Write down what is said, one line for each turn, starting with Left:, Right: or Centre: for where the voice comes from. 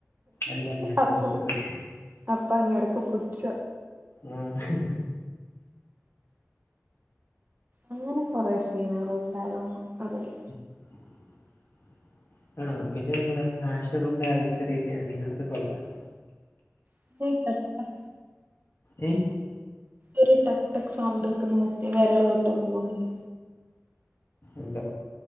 Left: അല്ല ഇത
Right: അപ്പം
Left: മൂത്തത്.
Right: അപ്പ അങ്ങെർക്ക് പുച്ച.
Left: ആ ഹ്.
Right: അങ്ങന കൊറെ സീനുകളുണ്ടായിരുന്നു അതില്.
Left: <inaudible> ആ പിന്നെ നമ്മടെ ഹാഷർന്റെ അവ ഒരു ചെറിയൊക്കൊണ് അതും കൊള്ളാര്
Right: <unintelligible>
Left: ഏയ്
Right: ഒരു ടക്, ടക് സൗണ്ട് വെക്കുന്ന മറ്റേ വിരൾ തൊട്ടൊന്നും പോല്ല.
Left: എന്ത